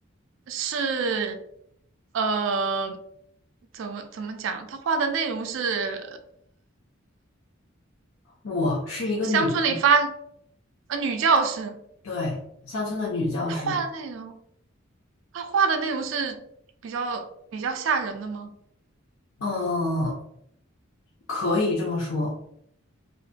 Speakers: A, on the right; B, on the left.
A: 是呃，怎么怎么讲？他画的内容是
B: 我是一个女性，
A: 乡村里发呃女教师，
B: 对，乡村的女教师，
A: 她画的内容，她画的内容是比较比较吓人的吗？
B: 嗯、可以这么说，